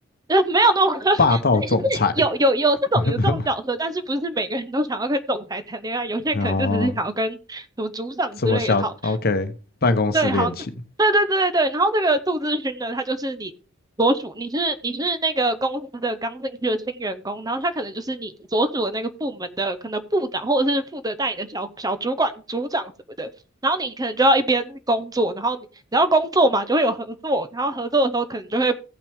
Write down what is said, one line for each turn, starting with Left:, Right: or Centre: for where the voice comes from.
Right: 呃，没有那种，<laughs>
Left: 霸道总裁，
Right: 是是有有有这种有这种角色，
Left: <laughs>
Right: 但是不是每个人都想要跟总裁谈恋爱，有些人可能就只是想要跟什么组长之类的好，
Left: 然后这么小，OK，办公室恋情，
Right: 对，好，对对对对，然后这个杜志勋呢，他就是你所属，你是你是那个公司的刚进去的新员工，然后他可能就是你所属的那个部门的可能部长，或者是负责带你的小小主管、组长什么的，然后你可能就要一边工作，然后你然后工作嘛，就会有合作，然后合作的时候可能就会